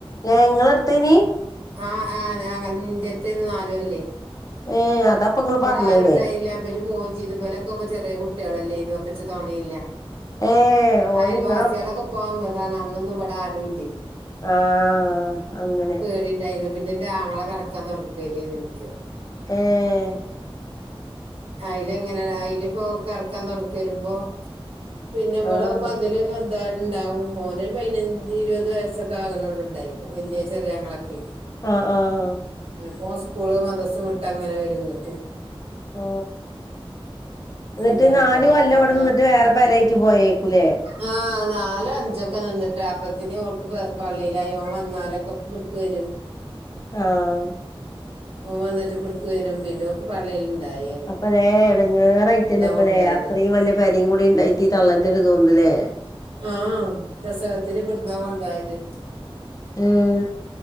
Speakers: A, on the left; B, on the right.
A: ഏഹ് നിങ്ങള അടുത്തേനി?
B: ആഹ് ആഹ് ഇന്റെ ആടുത്തേന്ന് നാല് കൊല്ലേ.
A: ഏഹ് അതാപ്പൊ ഇങ്ങള്
B: ബടെ
A: പറഞ്ഞേല്ലേ
B: ആരുണ്ടായില്ല ഇബല് പോവേം ചെയ്തു ഇബലെ കൊക്കെ ചെറിയ കുട്ടികളല്ലേ അപ്പൊ ഇച്ചു തോണയില്ല
A: ഏഹ് ഓല്
B: അയൽവാസിയാളൊക്കെ
A: ഇങ്ങളെ
B: പോന്നതാണ് അന്നൊന്നും ഇവിടെ ആരുല്ലേ.
A: ആഹ് അങ്ങനെ.
B: ട്ടി ഉണ്ടായിന്ന് പിന്നെ എന്റെ ആങ്ങള കടക്കാ തുണക്കയരിയന്ന് എനിക്ക്
A: ഏഹ്.
B: അയില് എങ്ങനെ ആണ് അയില് ഇപ്പോ കിടക്കാൻ തുണക്ക് വരുമ്പോ പിന്നെ ഇവിടെ
A: ആഹ്
B: ഇപ്പ അതില് എന്താണ്ടാവും മോനൊരു പതിനഞ്ച് ഇരുപത് വയസ്സൊക്കെ ആകണള്ളു ഉണ്ടായിന്ന് വലിയ ചെറിയങ്ങള ക്കെ
A: ആഹ് ആഹ്.
B: അപ്പൊ സ്കൂള് മതസ്സ് വിട്ട് അങ്ങനെ വരും ഇങ്ങിട്ട്.
A: ഓ. എന്നിട്ട്
B: ഇതെന്താ
A: നാല് കൊല്ലം
B: പത്ത്
A: ഇവിടെ നിന്നിട്ട് വേറെ പെരായിട്ട് പോയേക്കൂലേ.
B: ആഹ് നാലോ അഞ്ചൊക്കെ നിന്നിട്ട് അപ്പഴത്തന് അവൾക്ക് പ്ര പള്ളിയിലായി വന്നാലൊക്കെ ഇവിടുക്ക് വരും.
A: ആഹ്.
B: ഓ വന്നിട്ട് ഇബ്ട്ക്കു വരും പിന്നെക്ക് പള്ളയിൽ ഇണ്ടായി.
A: അപ്പ ദേ എടങ്ങേറായിറ്റല്ലേ ഇപ്പ
B: കൊണ്ടോയത്
A: ദേ അത്രയും വലിയ പേരയും കൂടി ഉണ്ടായിട്ട് ഈ തള്ളെന്റെ ഒരിത് കൊണ്ടല്ലേ.
B: ആഹ് പ്രസവത്തിന് ഇവിടുന്നാ കൊണ്ടോയത്.
A: ഉം.